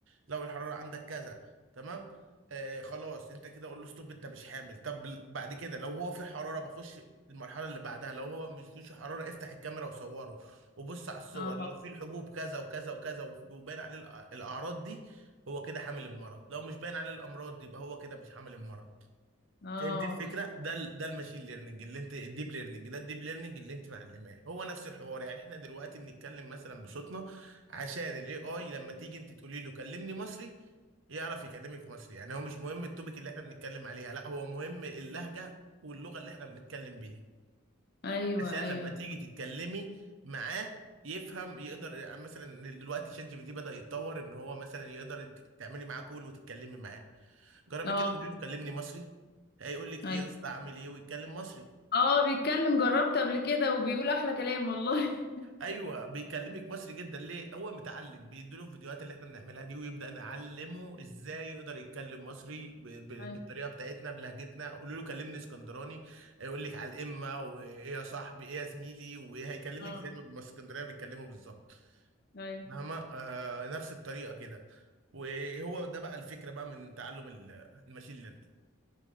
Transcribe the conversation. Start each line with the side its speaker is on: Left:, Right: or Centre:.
Right: لو الحرارة عندك كذا تمام آه خلاص انت كده قول له ستوب انت مش حامل طب بعد كده لو هو في حراره بخش المرحله اللي بعدها لو هو مش فيش حراره افتح الكاميرا وصوره وبص على الصور
Left: اه
Right: لو في الحبوب كذا وكذا وكذا وف- وباين عليه الأ- الاعراض دي هو كده حامل المرض لو مش باين عليه الامراض دي يبقى هو كده مش حامل المرض
Left: اه
Right: فهمت الفكره ده ال- ده الماشين ليرنينج اللي انت الديب ليرنينج ده الديب ليرنينج اللي انت معلماه هو نفس الحوار يعني احنا دلوقتي بنتكلم مثلا بصوتنا عشان الاي اي لما تيجي انت تقولي له كلمني مصري يعرف يكلمك مصري يعني هو مش مهم التوبيك اللي احنا بنتكلم عليها لا هو مهم اللهجه واللغه اللي احنا بنتكلم بيها
Left: ايوه
Right: عشان
Left: ايوه
Right: لما تيجي تتكلمي معاه يفهم يقدر يعني مثلا دلوقتي شات جي بي تي بدأ يتطور ان هو مثلا يقدر انت تعملي معاه كول وتتكلمي معاه جربي
Left: اه
Right: كده قولي له كلمني مصري هيقول لك
Left: ايوه
Right: ايه يا اسطى عامل ايه ويتكلم مصري
Left: اه بيتكلم جربت قبل كده وبيقول احلى كلام والله <laughs>
Right: ايوه بيكلمك مصري جدا ليه هو متعلم بيديله الفيديوهات اللي احنا بنعملها دي ويبدأ نعلمه ازاي يقدر يتكلم مصري ب... ب...
Left: ايوه
Right: بالطريقه بتاعتنا بلهجتنا قولوا له كلمني اسكندراني هيقول لك على الامه وايه يا صاحبي ايه يا زميلي وايه هيكلمك
Left: اه
Right: زي ما الاسكندريه بيتكلموا بالظبط
Left: ايوه
Right: مهما آه نفس الطريقه كده وهو ده بقى الفكره بقى من تعلم ال- الماشين ليرنينج